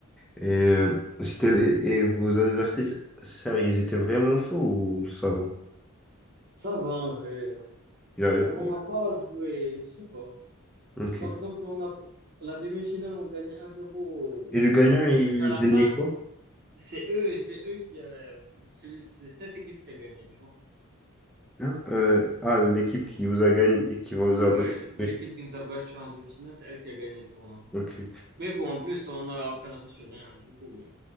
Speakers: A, in the centre; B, on the right.
A: Et, euh, c'était, et vos adversaires, ils étaient vraiment forts ou ça? va
B: Ça va en vrai, genre.
A: Ils avaient
B: Genre,
A: pas.
B: on n'a pas joué, je sais pas.
A: Ok.
B: Par
A: Et
B: exemple, on a la demi-finale, on gagnait 1-0.
A: le gagnant,
B: Genre,
A: il
B: à la
A: gagnait
B: fin,
A: quoi?
B: c'est eux, c'est eux qui euh, c'est c'est cette équipe qui a gagné, tu vois.
A: Hein Euh, ah, l'équipe qui vous a gagné et qui vous a
B: Ouais,
A: battu.
B: l'équipe qui nous a battus en demi-finale, c'est elle qui a gagné le tournoi.
A: Ok.
B: Mais bon, en plus, on a perdu sur rien, du coup, bon,